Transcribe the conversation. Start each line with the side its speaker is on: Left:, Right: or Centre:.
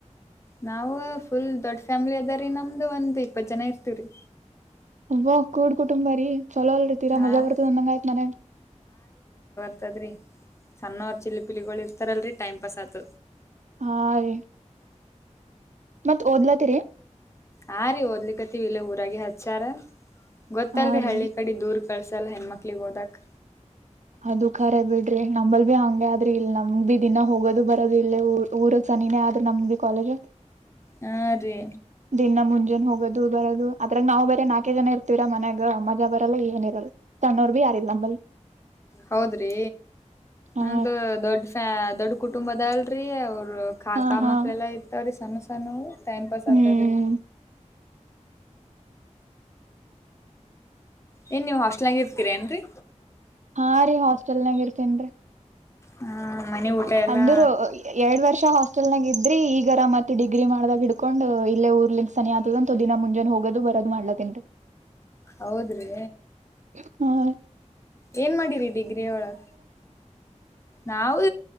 Left: ನಾವವು ಫುಲ್ ದೊಡ್ ಫ್ಯಾಮಿಲಿ ಅದಾರಿ ನಮ್ದು ಒಂದು್ ಇಪ್ಪತ್ ಜನ ಇರ್ತಿೀವರಿ
Right: ಒಬೋ ಕೂಡ್ ಕುಟುಂಬ ರೀ ಚಲೋ ಅಲ್ರಿ ತೀರಾ
Left: ಹಾಂ
Right: ಮಜಾ ಬರ್ತದ ಅಂದಂಗ್ ಆಯ್ತ್ ಮನ್ಯಾಗ್.
Left: <unintelligible> ಚಿ ಪಿಲಿಗಳು ಇರ್ತಾರಲ್ರಿ ಟೈಮ್ ಪಸತ್
Right: ಹಾ ರೀ ಮತ್ತ್ ಓದ್ಲತ್ತರಿ
Left: ಹ ರೀ ಓದ್ಲಿಕ್ಕತ್ತೀವಿ ಇಲ್ಲ ಊರಾಗಿ ಹಚ್ಯಾರ್. ಗೊತ್ತಲ್ರಿ
Right: ಹಾ ರೀ
Left: ಹಳ್ಳಿ ಕಡೆ ದೂರ್ ಕಳ್ಸ ಲ್ಲ ಹೆಣ್ಮಕ್ಳಗ್ ಹೋದಕ್
Right: ಅದು ಖರೆ ಬಿಡ್ರಿ ನಂಬಲ್ ಬಿ ಹಂಗೆ ಆದ್ರ ಇಲ್ ನಮ್ಗ್ ಬಿ ದಿನ ಹೋಗೋದು ಬರೋದು ಇ ಊರ ಸನಿನೇ ಆದ್ರ ನಮ್ ಕಾಲೇಜು
Left: ಹಾ ರೀ
Right: ದಿನ ಮುನ್ನೆ ನ್ ಹೋಗೋದು ಬರದು ಅದ್ರಾಗ ನಾವು ಬರೀ ನಾಲ್ಕೇ ಜನ ಇರ್ತೀರ ಮನ್ಯಾಗ ಅ ಮಜಾ ಬರಲ್ಲ ಏನ ಇರಲ್ಲ ಸಣ್ಣೋರ್ ಬಿ ಯಾರಿಲ್ಲ ಅಂಬಲ್.
Left: ಹೌದ್ರೀ
Right: ಹಾ
Left: ಅಂತ ದೊಡ್ಡ ಫ್ಯಾ ದೊಡ್ಡ ಕುಟುಂಬದಲ್ ಹ ಕಾಕಾ
Right: ಹಾ ಹಾ
Left: ಮಕ್ಳೆಲ್ಲಾ ಇತವ ಸ್ಣಸಾನವು ಟೈಮ್ ಪಾಸ್
Right: ಹ್ಮ್
Left: ಆಗ್ತದ ರೀ ಏನ್ ನೀವ್ ಹಾಸ್ಟೆಲ್ ಆಗ ಇರ್ತೀರ ಏನ್ರರಿ
Right: ಹಾ ರಿ ಹಾಸ್ಟೆಲನಾಗಿರ್ತೀನ್ರಿ
Left: ಹ್ಮ ಮನೆ ಊಟ ಎಲ್ಲಾ
Right: ಅಂದರ ಎರಡ್ ವರ್ಷ ಹಾಸ್ಟೆಲ್ ನಾಗ ಇದ್ರಿ ಈಗ ಆರಾಮ ಆತ ಡಿಗ್ರಿ ಮಾಡದ್ದಾಗ ಹಿಡ್ಕೊಂಡ್ ಇಲ್ಲೇ ಊರ್ಲಿಂದ ಸನಿ ಆತದ ಅಂತ ದಿನ ಮುಂಜಾನ ಹೋಗೋದು ಬರೋದು ಮಾಡ್ಲಾ ಕತ್ತೀನಿ ರಿ
Left: ಹೌದ ರೀ
Right: ಹ
Left: ಏನ್ ಮಾಡಿರಿ ಡಿಗ್ರಿ ಒಳಗ ನಾವು